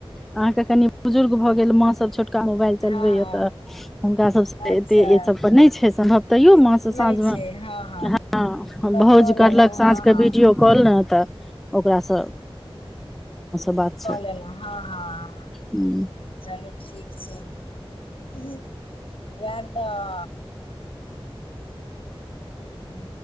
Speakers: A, in the centre; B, on the left.
A: अहाँ के कनी बुजुर्ग
B: हँ
A: भऽ गेल माँं सब छोटका मोबाइल चलवई
B: हँ
A: या
B: हँ,
A: तऽ हुनका सब सब
B: अच्छा
A: एते ई सब पर नै छै सम्भव तैयो
B: ए,
A: माँ स
B: नहि
A: साँझ
B: छै
A: मे
B: हँ हँ
A: ह
B: गप
A: भौउज
B: कऽ लेलहुँ
A: करलक साँझ
B: हँ
A: क
B: हँ
A: बीडियो खोलन तऽ ओकरा सँ
B: <inaudible>
A: बात
B: कल
A: सब
B: ऐल ह ह
A: हूँ
B: <inaudible> चलू ठीक छै <inaudible> वएह तऽ <unintelligible>